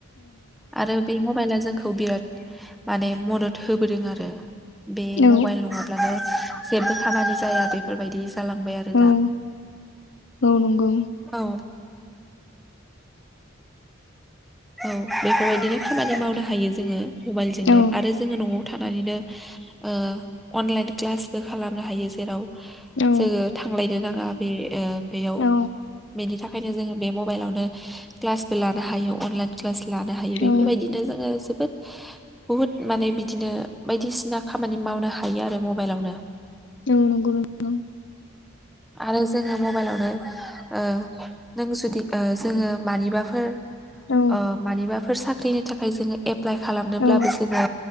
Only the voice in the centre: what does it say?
आरो बे मबाइला जोंखो खौ बिराद माने मदद होबोदों आरो बे
मबाइल नङाब्लानो जेबो खामानि जाया बेफोरबायदि जालांबाय आरो
दा
औ। औ बेफोरबायदिनो खामानि मावनो हायो जोङो मबाइलजोंनो
आरो जोङो न'आव था नानैनो ओ अनलाइन क्लासबो खालामनो हायो जेराव
जोङो थांलायनो नाङा बे ओ बेयाव
बेनि थाख ओंखायनो जोङो बे मबाइलावनो क्लासबो लानो हायो अनलाइन क्लास लानो हायो बेफोरबायदिनो
जोङो बोद बुहुद माने बिदिनो बायदिसिना खामानि मावनो हायो आरो मबाइलावनो।
आरो जोङो मबाइलावनो ओ नों जुदि ओ जोङो मानिबाफोर
ओ मानिबाफोर साख्रिनि थाखाय जोङो एप्लाइ खालामनोब्लाबो
जोङो